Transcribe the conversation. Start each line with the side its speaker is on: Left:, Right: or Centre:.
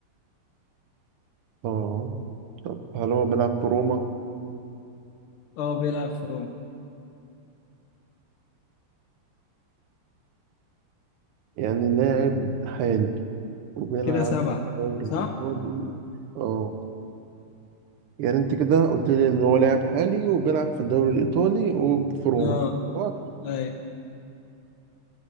Right: اه طب هل هو بيلعب في روما
Left: اه بيلعب في روما
Right: يعني لاعب حالي وبيلعب
Left: كده سبعة
Right: في الدوري
Left: صح؟
Right: الإيطالي اه يعني انت كده قلت لي ان هو لاعب حالي وبيلعب في الدوري الإيطالي وفي روما
Left: اه
Right: صح
Left: ايوه